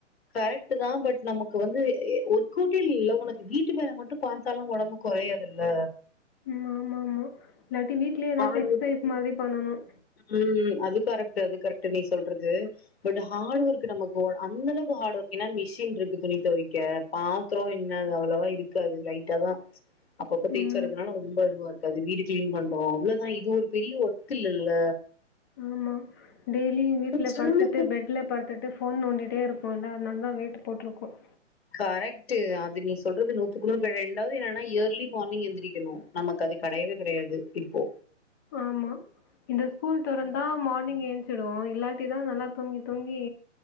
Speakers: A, on the left; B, on the left.
A: கரெக்ட் தான் பட் நமக்கு வந்து ஒரு கூட்டில் இல்ல உனக்கு வீட்டு வேல மட்டும் பாத்தாலா உடம்பு குறையாது இல்ல
B: இம் ஆமா ஆமா இல்லாட்டி வீட்லயே ஏதாச்சு
A: ஆள்
B: டெக்ஸ்டைல்ஸ் மாதிரி பண்ணனும்
A: ம் அது கரெக்ட் அது கரெக்ட் நீ சொல்றது பட் ஹார்ட் ஒர்க் நமக்கு அந்த அளவுக்கு ரோம்ப ஹார்ட் ஒர்க் என்னா மிஷின் இருக்கு துணி துவைக்க பாத்திரம் என்ன அது அவ்வளவா இருக்காது லைட்டா தான் அப்ப அப்பதேச்சுறதனால
B: ம்.
A: ரொம்ப அதுவா இருாது வீடு கிளின் பண்றோம் அவ்ளவு ஆ இது ஒரு பெரிய ஒர்க்க் இல்லல்ல
B: ஆமா டெய்லி வீட்டில
A: இப்ப ஜிம்முக்கு
B: படுத்துட்டு பெட்டில படுத்துட்டு ஃபோன் நோண்டிட்டே இரு ஆனா நல்லா வெயட்டு போட்டிருக்கோம்
A: கரெக்ட்டூ அது நீ சொல்றது நூத்துக்குணூரு ரெண்டாவது என்னன்னா ஏர்லி மார்னிங் எழுந்திரிக்கணும் நமக்கு அது கிடையவே கிடையாது இப்போ
B: ஆமா இந்த ஸ்கூல் துரந்தா மார்னிங் ஏஞ்சுடுவோ இல்லாட்டிதான் நல்லா தூங்கிடுவோ தூங்கி